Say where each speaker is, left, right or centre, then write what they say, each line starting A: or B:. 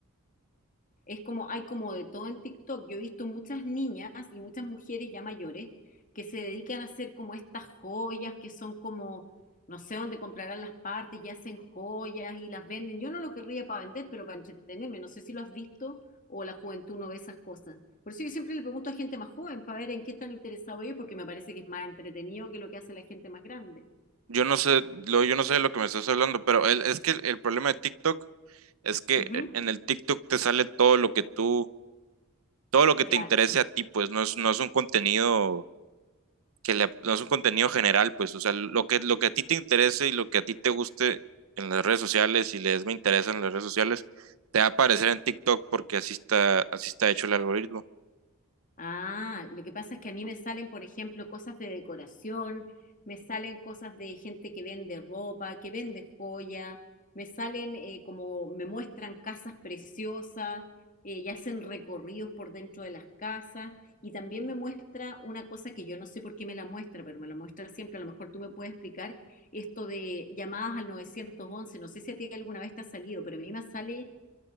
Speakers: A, on the left; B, on the right.
A: Es como, hay como de todo en TikTok. Yo he visto muchas niñas y muchas mujeres ya mayores que se dedican a hacer como estas joyas que son como, no sé dónde comprarán las partes y hacen joyas y las venden. Yo no lo querría para vender, pero para entretenerme. No sé si lo has visto o la juventud no ve esas cosas. Por eso yo siempre le pregunto a gente más joven para ver en qué están interesados ellos, porque me parece que es más entretenido que lo que hace la gente más grande.
B: Yo no sé, lo, yo no sé de lo que me estás hablando, pero el- es que el, el problema de TikTok es que
A: Ujú,
B: eh, en el TikTok te sale todo lo que tú todo lo que te
A: claro.
B: interese a ti, pues no es, no es un contenido que le- no es un contenido general, pues, o sea, lo que, lo que a ti te interese y lo que a ti te guste en las redes sociales y les me interesa en las redes sociales, te va a aparecer en TikTok porque así está, así está hecho el algoritmo.
A: Ah, lo que pasa es que a mí me salen, por ejemplo, cosas de decoración, me salen cosas de gente que vende ropa, que vende joya, me salen eh, como me muestran casas preciosas eh, y hacen recorridos por dentro de las casas y también me muestra una cosa que yo no sé por qué me la muestra, pero me la muestra siempre, a lo mejor tú me puedes explicar esto de llamadas al nueve once. no sé si a ti alguna vez te ha salido, pero a mí me sale